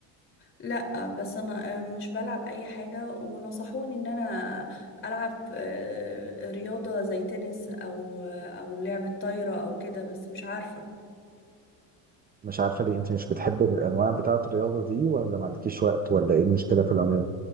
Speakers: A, on the left; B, on the right.
A: لأ بس أنا آه، مش بلعب أي حاجة ونصحوني إن أنا ألعب آه، رياضة زي تنس أو آه، أو لعبة طايرة أو كده بس مش عارفة
B: مش عارفه ليه انت مش بتحبي الانواع بتاعه الرياضه دي ولا ما عندكيش وقت ولا ايه المشكله في العموم